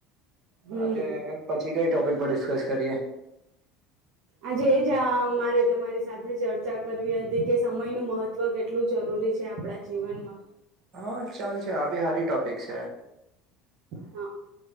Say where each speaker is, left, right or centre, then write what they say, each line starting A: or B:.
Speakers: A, on the right; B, on the right.
A: હમ
B: આજે પછી કઈ ટોપિક પર ડિસ્કસ કરીએ
A: આજે એ જ મારે તમારી સાથે ચર્ચા કરવી હતી કે સમયનું મહત્વ કેટલું જરૂરી છે આપડા જીવનમાં
B: હા ચાલ છે આ બી હારી ટોપિક છે
A: હા